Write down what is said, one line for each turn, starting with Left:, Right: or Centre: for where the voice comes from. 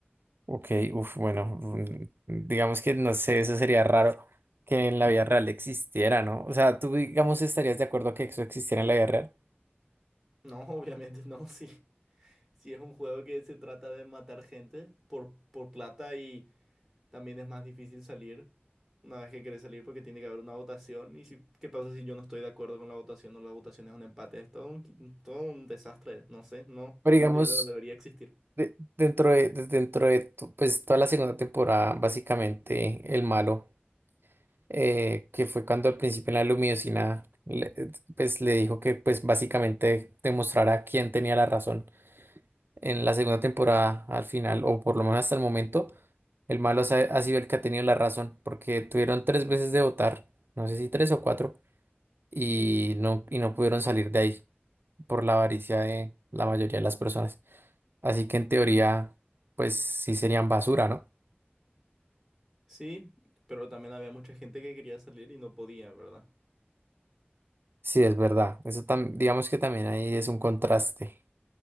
Right: Ok, uf, bueno, mm, digamos que no sé, eso sería raro que en la vida real existiera, ¿no? O sea, tú, digamos, estarías de acuerdo que eso existiera en la vida real.
Centre: No, <laughs> obviamente no, sí. Si es un juego que se trata de matar gente por, por plata También es más difícil salir una vez que querés salir porque tiene que haber una votación. ¿Y si, qué pasa si yo no estoy de acuerdo con la votación o la votación es un empate? Es todo un, qui- todo un desastre. No sé, no,
Right: Pero
Centre: <laughs> no
Right: digamos,
Centre: de- no debería existir.
Right: de- dentro de, de- dentro de, to- pues, toda la segunda temporada, básicamente, el malo, eh, que fue cuando al principio en la luminosina, le- pues, le dijo que, pues, básicamente demostrara quién tenía la razón en la segunda temporada, al final, o por lo menos hasta el momento. El malo ha, ha sido el que ha tenido la razón, porque tuvieron tres veces de votar, no sé si tres o cuatro, y no, y no pudieron salir de ahí por la avaricia de la mayoría de las personas. Así que en teoría, pues sí serían basura, ¿no?
Centre: Sí, pero también había mucha gente que quería salir y no podía, ¿verdad?
Right: Sí, es verdad. Eso tam- digamos que también ahí es un contraste.